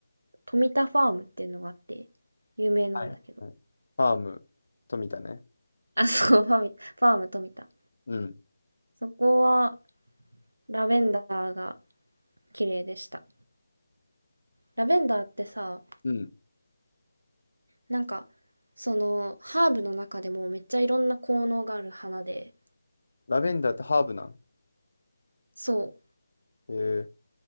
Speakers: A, on the right (about 70°); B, on the left (about 75°).
A: 富田ファームっていうのがあって、有名なんだけど。
B: はいファーム、富田ね。
A: あ、そう、ファミ、ファーム富田。
B: うん、
A: そこは、ラベンダーが綺麗でした。ラベンダーってさ、
B: うん。
A: なんか、その、ハーブの中でもめっちゃいろんな効能がある花で、
B: ラベンダーってハーブなん。
A: そ
B: えー、